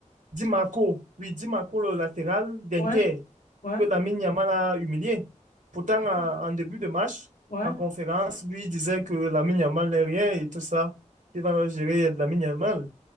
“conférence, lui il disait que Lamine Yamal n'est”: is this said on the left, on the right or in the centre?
Right